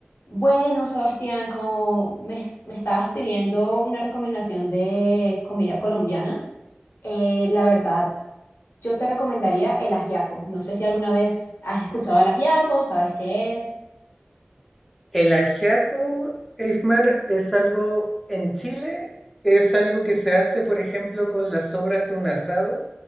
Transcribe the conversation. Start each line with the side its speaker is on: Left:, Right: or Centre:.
Left: Bueno, Sebastián, como me, me estabas pidiendo una recomendación de comida colombiana, eh, la verdad, yo te recomendaría el ajiaco. No sé si alguna vez has escuchado el ajiaco, sabes qué es.
Centre: El ajiaco, Eismar, es algo en Chile, es algo que se hace, por ejemplo, con las sobras de un asado,